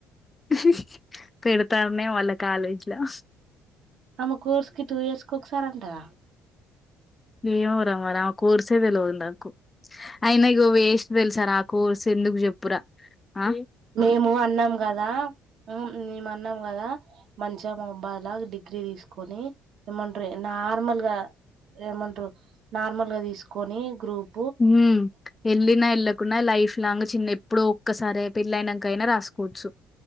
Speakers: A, on the left (about 25°); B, on the right (about 55°).
A: ఇ పెడుతారన్న వాల కాలేజ లో
B: నమ కోర్స్కి టూ ఇయర్స్కు ఒకసార్ండద
A: ఏమ రామ్మరి కోర్సేదిలో నాకు అయినకు వేస్ట్ వెలుసా ఆ కోర్సు ఎందుకు చెప్పురా ఆ
B: మేము అన్నాం గదా మేము అన్నాం గదా మంచమాబాగ్ లా డిగ్రీ తీసుకొని ఏమంటారు నార్మల్ గా ఏమంటారు నార్మల్ గా దీసుకొని గ్రూప్
A: ఉమ్ యెళ్ళినా యెళ్ళకున్నా లైఫ్ లాంగ్ చిన్న ఎప్పుడో ఒక్కసారే పెళ్ళయినంకా అయినా రాసుకోవచ్చు